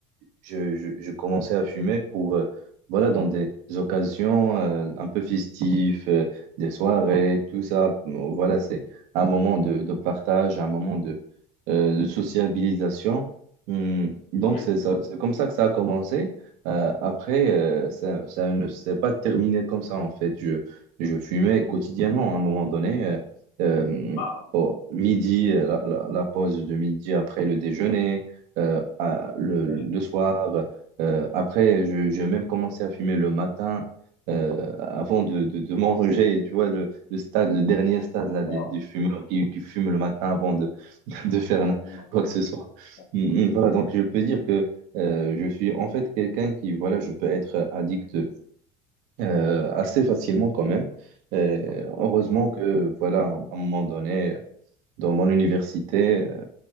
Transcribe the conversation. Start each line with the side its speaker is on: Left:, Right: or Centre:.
Right: je, je- je commençais à fumer pour, euh, voilà, dans des occasions euh, un peu festives, euh, des soirées, tout ça. Voilà, c'est un moment de, de partage, un moment de, euh, de sociabilisation. Hum, donc,
Left: Oui.
Right: c'est ça- c'est comme ça que ça a commencé. Euh, après, euh, ça, ça ne s'est pas terminé comme ça, en fait. Je, je fumais quotidiennement à un moment donné. euh, euh,
Left: Ah,
Right: au midi, euh, la, la- la pause de midi après le déjeuner euh, à- le,
Left: oui.
Right: le soir. Euh, après, je- j'ai même commencé à fumer le matin euh, avant de, de, de <laughs> manger. Tu vois, le, le stade, le dernier stade là, des,
Left: Wow.
Right: des fumeurs qui, qui fument le matin avant
Left: Ouais,
Right: de,
Left: ouais,
Right: <laughs> de faire na-
Left: ouais,
Right: quoi que ce soit.
Left: ouais,
Right: Mm,
Left: ouais.
Right: mm, Voilà, donc je peux dire que euh, je suis en fait quelqu'un qui, voilà, je peux être addict euh, assez facilement quand même. Euh,
Left: Oui,
Right: heureusement que, voilà, à un moment donné, dans mon université,